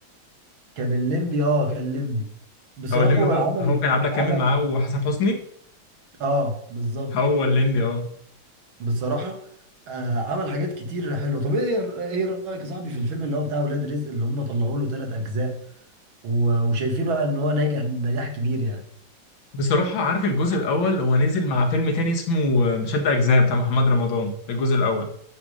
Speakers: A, on the right; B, on the left.
A: كان الليمبي اه كان الليمبي بصراحه
B: او الليمبي
A: هو عمل
B: هو هو كان عبله كامل
A: عمل
B: معاه وحسن حسني
A: اه بالظبط
B: هو الليمبي اه
A: بصراحة آه عمل حاجات كتير حلوة طب ايه ايه رأيك يا صاحبي في الفيلم اللي هو بتاع ولاد رزق اللي هم طلعوا له ثلاث أجزاء و- وشايفينه ان هو ناجح نجاح كبير يعني
B: بصراحه عارف الجزء الاول هو نزل مع فيلم تاني اسمه آه، شد اجزاء بتاع محمد رمضان ده الجزء الاول